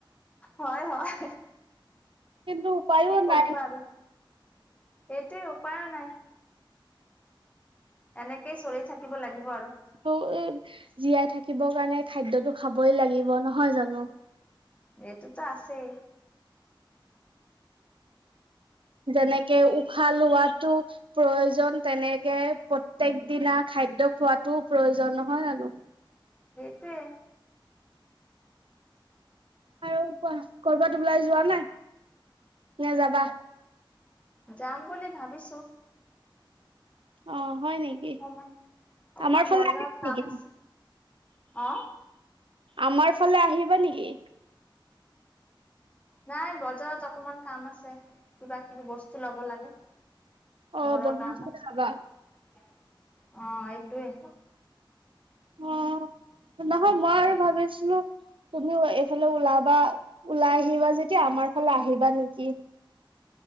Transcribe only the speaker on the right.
কিন্তু উপায়ো
নাই
আকৌ এই জীয়াই থাকিবৰ কাৰণে খাদ্যটো খাবই লাগিব নহয় জানো।
যেনেকে উশাহ লোৱাতো প্ৰয়োজন তেনেকে প্ৰত্যক দিনা খাদ্য খোৱাতোও প্ৰয়োজন নহয় জানো।
আৰু কোৱা কৰ'বাত ওলাই যোৱা নাই নে যাবা
অ হয় নেকি।
আমাৰ ফালে
আহিবা
নেকি?
আমাৰ ফালে আহিবা নেকি?
অ
বৰমাছলে
যাবা
অ নহয় মই আৰু ভাবিছিলো তুমিও এইফালে ওলাবা, ওলাই আহিবা যেতিয়া আমাৰ ফালে আহিবা নেকি।